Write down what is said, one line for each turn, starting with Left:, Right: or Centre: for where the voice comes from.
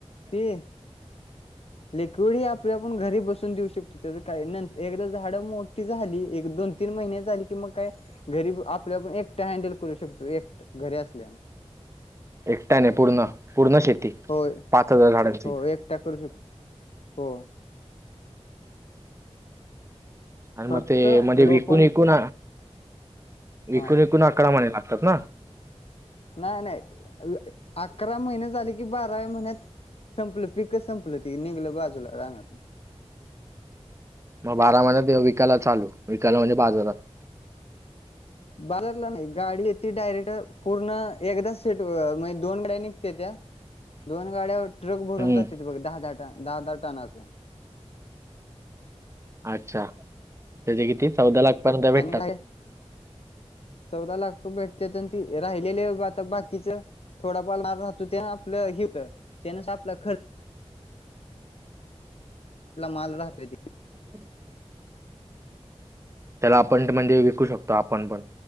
Left: ते. लिक्विड हे आपल्या आपण घरी बसून देऊ शकतो. त्याचं काय नंतर एकदा झाडं मोठी झाली. एक दोन तीन महिने झाले की मग काय, घरी आपल्या आपण एकटा हँडल करू शकतो. एकट घरी असल्यास.
Right: एकट्याने पूर्ण. पूर्ण शेती.
Left: हो.
Right: पाच हजार झाडांची
Left: हो एकटा करू शकतो. हो.
Right: आणि
Left: फक्त
Right: मग ते म्हणजे विकून
Left: रोप
Right: विकून. विकून
Left: हा
Right: विकून अकरा महिने लागतात ना?
Left: नाही नाही. अकरा महिने झाले की बाराव्या महिन्यात. संपलं पिकच संपलं ती. निघलं बाजूला राहणार.
Right: मग बारा महिन्यात विकायला चालू. विकायला म्हणजे बाजारात. <inaudible>
Left: बाजारला नाही. गाडी येत ती डायरेक्ट पूर्ण एकदा सेट म्हणजे दोन गाड्या निघतेत्या. दोन गाड्या ट्रक भरून
Right: हम्म
Left: जात्यात बघ. दहा दहा- दहा दहा टनाचा.
Right: अच्छा त्याचे किती चौदा लाख पर्यत भेटतात
Left: आणि चौदा लाख भेटते ते राहिलेले आता बाकीच थोडा पालमार राहतो त्यात आपलं ह होत त्यानच आपलं खरं माल राहतो
Right: हम्
Left: ह
Right: त्याला आपण म्हणजे विकू शकतो आपण पण